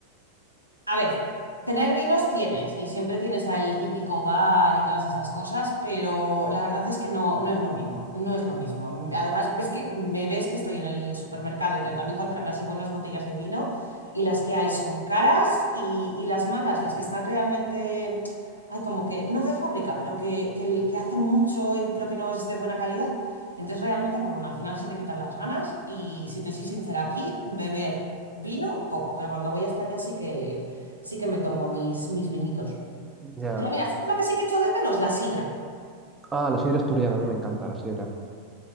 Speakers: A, on the left; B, on the right.
A: A ver, tener vinos tienes y siempre tienes al típico bar y todas esas cosas, pero la verdad es que no, no es lo mismo, no es lo mismo. Además, es que me ves que estoy en el supermercado intentando encontrar así buenas botellas de vino y las que hay son caras y, y las malas, las que están realmente, hay como que, no de fábrica, pero que, que, que hace mucho y pero que no es de buena calidad. Entonces realmente, pues bueno, al final se te quitan las ganas y si te soy sincera, aquí beber vino poco, pero cuando voy a España sí que sí que me tomo mis, mis vinitos.
B: ya.
A: Pero mira, ¿sabes lo que sí que echo de menos? La sidra.
B: Ah, la sidra asturiana, a mí me encanta la sidra.